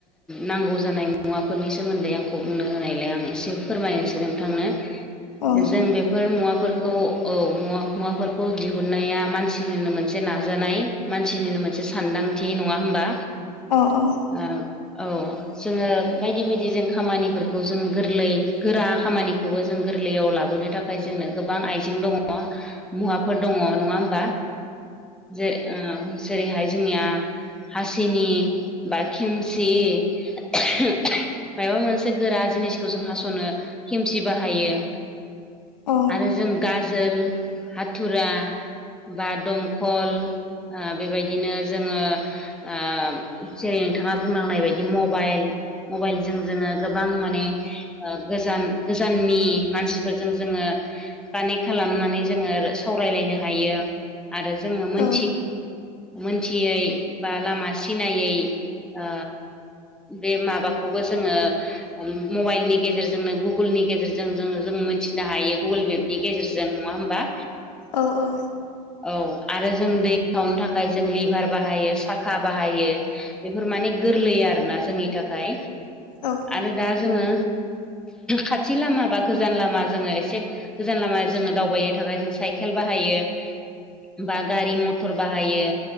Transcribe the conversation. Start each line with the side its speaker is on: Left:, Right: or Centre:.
Centre: नांगौ जानाय मुवा फोरनि सोमोन्दै आंखौ बुंनो होनायलाय आं एसे फोरमायनोसै नोंथांनो
Left: औ
Centre: जों बेफोर मुवाफोरखौ औ मुवा मुवाफोरखौ दिहुननाया मानसिनिनो मोनसे नाजानाय। मानसिनिनो मोनसे सानदांथि नङा होमबा?
Left: अह अह
Centre: ओ औ जोङो बायदि बायदि जों खामानिफोरखौ जों गोरलै गोरा खामानिखौबो जों गोरलैयाव लाबोनो थाखाय ओमफ्राय जोंनो गोबां आइजें दङ मुवाफोर दङ नङा होमबा जे ओं जेरैहाय जोंनिया हासिनि बा खेमसि माबा मोनसे गोरा जिनिसखौ जों हास'नो खेमसि बाहायो।
Left: औ
Centre: आरो जों गाजोल हाथुरा बा दमखल ओ बेबायदिनो जोङो ओ जेरै नोंथाङा बुंलांनाय बायदि मबाइल मबाइलजों जोङो गोबां माने गोजान गोजाननि मानसिफोरजों जोङो कानेक्ट खालामनानै जोङो सावरायलायनो हायो आरो जोङो मोन
Left: औ
Centre: मोनथियै बा लामा सिनायै ओ बे माबाखौबो जोङो मबाइलनि गेजेरजोंनो गुगोलनि गेजेरजों जोङो जों मिन्थिनो हायो गुगोल मेपनि गेजेरजों नङा होमबा
Left: औ औ
Centre: औ आरो जों दै खावनो थाखाय जों लिभार बाहायो साखा बाहायो। बेफोर माने गोरलै आरोना जोंनि थाखाय
Left: औ
Centre: आरो दा जोङो खाथि लामा बा गोजान लामा जोङो एसे गोजान लामा जोङो दावबायनो थाखाय जों साइकेल बाहायो बा गारि मथर बाहायो।